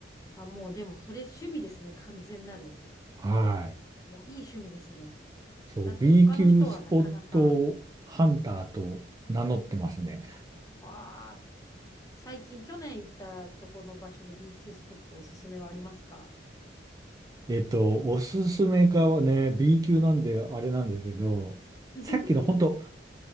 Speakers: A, on the left; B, on the right.
A: あ、もうでもそれ趣味ですね。完全なる。
B: はい。
A: もういい趣味ですね。
B: そう、
A: だって他の人はなかなか。
B: B 級スポットハンターと名乗ってますね。
A: わあ、最近去年行ったとこの場所で B 級スポットおすすめはありますか
B: えっと、おすすめかはね、B 級なんであれなんですけど、
A: <laughs>
B: さっきの本当